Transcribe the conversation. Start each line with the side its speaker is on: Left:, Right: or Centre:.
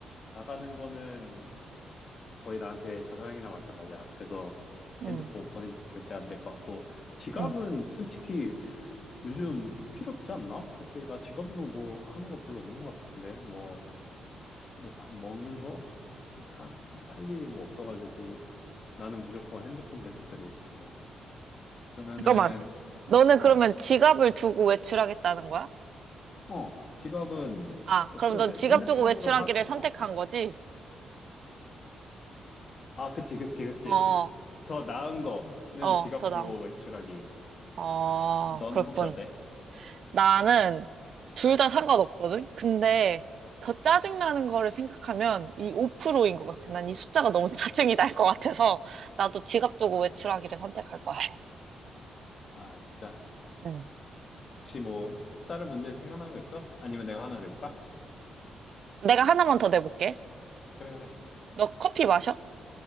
Left: 나가는 거는 거의 나한테 자살행위나 마찬가지야. 그래서
Right: 응,
Left: 핸드폰 5% 절대 안 될 것 같고. 지갑은
Right: 응.
Left: 솔직히 요즘 필요 없지 않나? 그렇게, 나 지갑으로 뭐 하는 거 별로 없는 것 같은데. 뭐, 뭐, 사- 먹는 거? 뭐, 사, 살 일이 뭐 없어가지고. 나는 무조건 핸드폰 배터리 5%. 그러면은,
Right: 잠깐만. 너는
Left: 어,
Right: 그러면 지갑을 두고 외출하겠다는 거야?
Left: 어, 지갑은
Right: 아,
Left: 없어도
Right: 그럼 넌
Left: 돼.
Right: 지갑
Left: 핸드폰으로
Right: 두고 외출하기를
Left: 하,
Right: 선택한
Left: 어.
Right: 거지?
Left: 아, 그치, 그치, 그치.
Right: 어,
Left: 더 나은 거는
Right: 어,
Left: 지갑
Right: 더
Left: 두고
Right: 나은 거.
Left: 외출하기.
Right: 어,
Left: 너는
Right: 그렇군.
Left: 혹시 어때?
Right: 나는 둘 다 상관없거든? 근데 더 짜증나는 거를 생각하면 이 5%인 것 같아. 난 이 숫자가 너무 <laughs> 짜증이 날 것 같아서 나도 지갑 두고 외출하기를 선택할 것 같아.
Left: 아, 진짜?
Right: 응.
Left: 혹시 뭐, 다른 문제 생각나는 거 있어? 아니면 내가 하나 내볼까?
Right: 내가 하나만 더 내볼게.
Left: 그래, 그래.
Right: 너 커피 마셔?